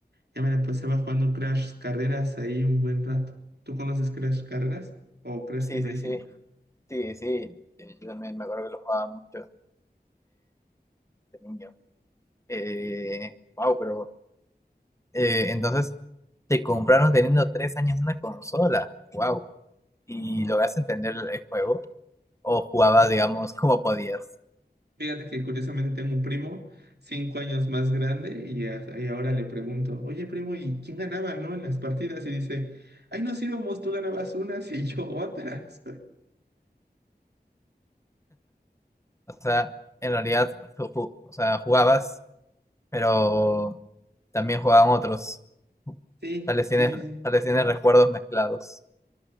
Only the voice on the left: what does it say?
Sí,
sí, sí. Sí, sí. Eh, Yo también me acuerdo que lo jugaba mucho. de niño. Eh, wow, pero eh, entonces te compraron teniendo tres años una consola. Wow. ¿Y lograste entender el el juego? ¿O jugabas,
digamos, <laughs> como podías?
O sea, en realidad, ju- ju- o sea, jugabas, pero también jugaban otros.
Tal vez tienes,
tal vez tienes recuerdos mezclados.